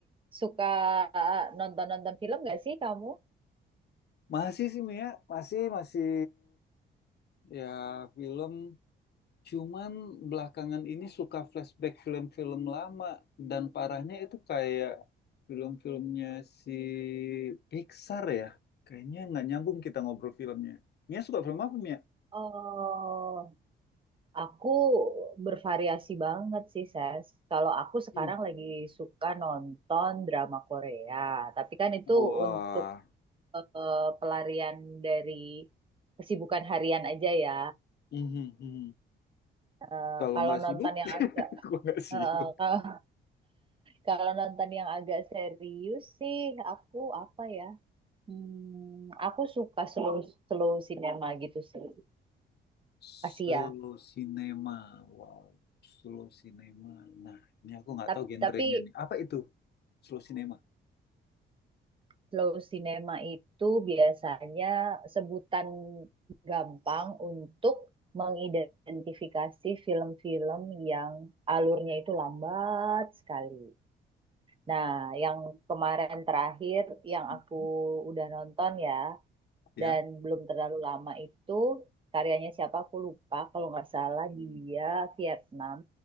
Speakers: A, on the right; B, on the left.
A: suka nonton-nonton film gak sih kamu?
B: masih sih Mia, masih masih ya film. Cuman belakangan ini suka flashback film-film lama dan parahnya itu kayak film-filmnya si Pixar ya. Kayaknya nggak nyambung kita ngobrol filmnya. Mia suka film apa Mia?
A: Oh, aku bervariasi banget sih Ses. Kalau aku sekarang
B: Hmm.
A: lagi suka nonton drama Korea, tapi kan itu
B: Wah.
A: untuk eh, pelarian dari kesibukan harian aja ya.
B: Mhm, mhm.
A: Eh,
B: Kalau
A: kalau
B: nggak
A: nonton
B: sibuk,
A: yang
B: <laughs>
A: agak,
B: gua nggak sibuk.
A: eh, kalau Kalau nonton yang agak serius sih, aku apa ya? Hmm, aku suka slow slow cinema gitu sih,
B: Slow
A: Asia.
B: cinema, wow. Slow cinema. Nah, ini aku nggak
A: Tap-
B: tahu genrenya
A: Tapi
B: nih. Apa itu? Slow cinema.
A: slow cinema itu biasanya sebutan gampang untuk mengidentifikasi film-film yang alurnya itu lambat sekali. Nah, yang kemarin terakhir yang
B: Mhm,
A: aku udah nonton ya,
B: Ya.
A: dan belum terlalu lama itu karyanya siapa aku lupa kalau nggak salah dia Vietnam